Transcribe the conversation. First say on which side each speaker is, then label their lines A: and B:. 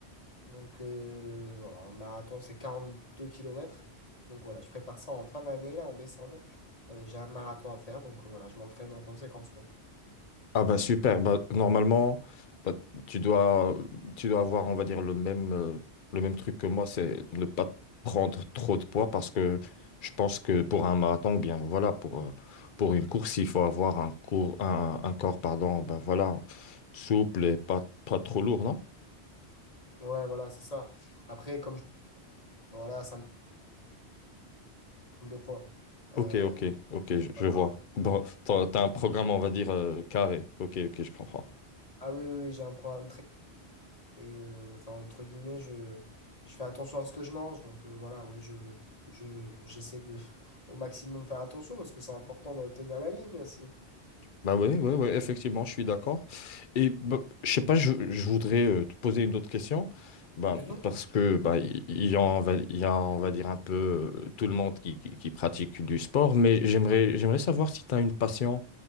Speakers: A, on the left; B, on the left.
A: Donc euh, voilà, un marathon, c'est quarante deux kilomètres Donc voilà, je prépare ça en fin d'année, là, en décembre. Euh, j'ai un marathon à faire, donc euh, voilà, je m'entraîne en conséquence, quoi.
B: Ah bah super, bah, normalement bah, tu dois tu dois avoir on va dire le même euh, le même truc que moi, c'est ne pas prendre trop de poids parce que je pense que pour un marathon ou bien voilà pour euh, pour une course, il faut avoir un cours un, un corps pardon, bah voilà, souple et pas pas trop lourd, non?
A: Voilà, ça. Après, voilà, quoi. Euh,
B: OK, OK, OK, je, je
A: voilà.
B: vois. Bon, t'as, t'as un programme on va dire euh, carré. OK, OK, je comprends.
A: Ah oui, j'ai un projet, et euh, enfin, je, je pense, donc ah ouais, je, je, j'essaie de <laughs> au maximum faire attention, parce que c'est important de tenir la ligne aussi.
B: Bah ouais, ouais, ouais, effectivement, je suis d'accord. Et bah, je sais pas, je, je voudrais euh, te poser une autre question, bah,
A: Mhm.
B: parce que bah, il il y a, on va, il y a, on va dire un peu euh, tout le monde qui, qui, qui pratique du sport, mais j'aimerais, j'aimerais savoir si tu as une passion